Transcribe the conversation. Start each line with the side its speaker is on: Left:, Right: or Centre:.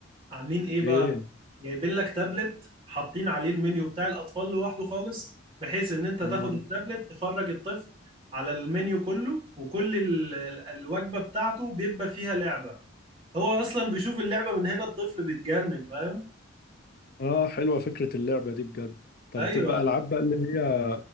Right: عاملين ايه بقى
Left: ايه
Right: جايبين لك تابلت حاطين عليه المنيو بتاع الاطفال لوحده خالص بحيث ان انت تاخد
Left: آه.
Right: التابلت تفرج الطفل على المنيو كله وكل ال- ال- الوجبة بتاعته بيبقى فيها لعبة هو اصلا بيشوف اللعبة من هنا الطفل بيتجنن فاهم
Left: اه حلوة فكرة اللعبة دي بجد طب
Right: ايوه
Left: تبقى
Right: ال-
Left: ألعاب بقى اللي هي